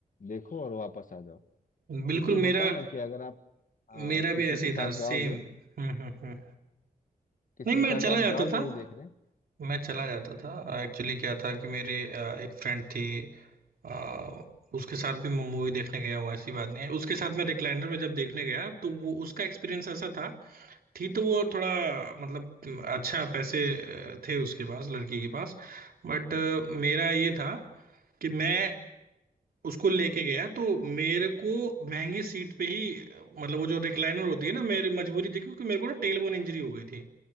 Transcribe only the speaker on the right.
बिल्कुल मेरा
मेरा
भी ऐसे
ही
था
सेम हम्म हम्म हम्म।
नहीं मैं
चला
जाता
था
मैं
चला जाता था एक्चुअली क्या था कि मेरी अ, एक फ्रेंड थी आ, उसके साथ भी मैं मूवी देखने गया हूँ ऐसी बात नहीं है उसके साथ मैं रिक्लाइनर में जब देखने गया तो वो उसका एक्सपीरियंस ऐसा था थी तो वो थोड़ा मतलब अच्छा पैसे अ, थे उसके पास लड़की के पास बट मेरा ये था कि मैं उसको लेके गया तो मेरे को महंगी सीट पे ही अ, मतलब वो जो रिक्लाइनर होती है ना मेरी मजबूरी थी क्योंकि मेरे को ना टेलबोन इंजरी हो गई थी